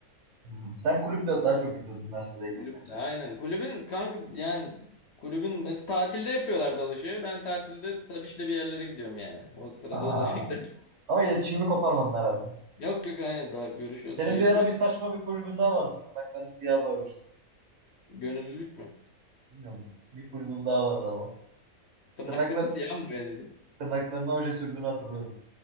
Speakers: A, on the right; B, on the left.
A: Hmm. Sen kulüple daha çok gidiyordun üniversitedeyken
B: Kulüple
A: sanki.
B: aynen. Kulübün kanka yani kulübün mesela tatilde yapıyorlar dalışı. Ben tatilde Sabiş'le bir yerlere gidiyorum yani. O sırada
A: Ha.
B: dalışa gidelim.
A: Ama iletişimini koparmadın herhalde.
B: <laughs> Yok yok aynen daha görüşüyoruz
A: Senin
B: şey
A: bir
B: yapıyoruz.
A: ara bir saçma bir kulübün daha vardı. Tırnaklarını siyah boyamış.
B: Gönüllülük mü?
A: Bilmiyorum. Bir kulübüm daha vardı ama.
B: Tırnaklarımı
A: Tırnaklar,
B: siyah mı boyadıydım?
A: tırnaklarına oje sürdüğünü hatırlıyorum.